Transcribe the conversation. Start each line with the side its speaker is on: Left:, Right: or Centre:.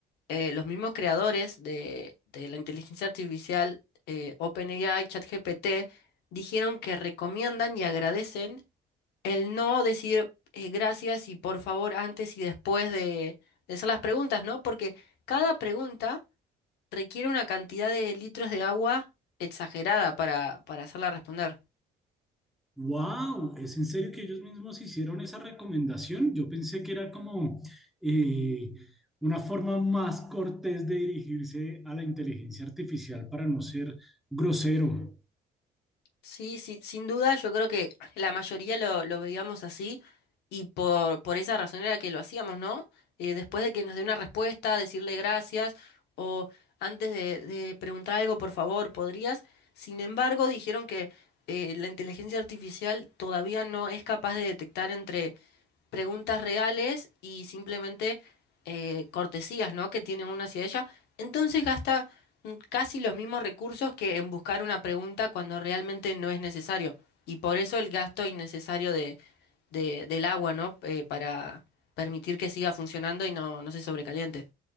Left: eh, los mismos creadores de, de la inteligencia artificial, eh, OpenAI, ChatGPT, dijeron que recomiendan y agradecen el no decir eh, gracias y por favor antes y después de, de hacer las preguntas, ¿no? Porque cada pregunta requiere una cantidad de litros de agua exagerada para, para hacerla responder.
Centre: Wow, ¿es en serio que ellos mismos hicieron esa recomendación? Yo pensé que era como eh, una forma más cortés de dirigirse a la inteligencia artificial para no ser grosero.
Left: Sí, sí, sin duda, yo creo que la mayoría lo, lo veíamos así y por, por esa razón era que lo hacíamos, ¿no? Eh, después de que nos dé una respuesta, decirle gracias o antes de, de preguntar algo, por favor, ¿podrías? Sin embargo, dijeron que eh, la inteligencia artificial todavía no es capaz de detectar entre preguntas reales y simplemente eh, cortesías, ¿no? que tiene uno hacia ella. Entonces gasta mm, casi los mismos recursos que en buscar una pregunta cuando realmente no es necesario. Y por eso el gasto innecesario de, de- del agua, ¿no? Eh, para permitir que siga funcionando y no, no se sobrecaliente.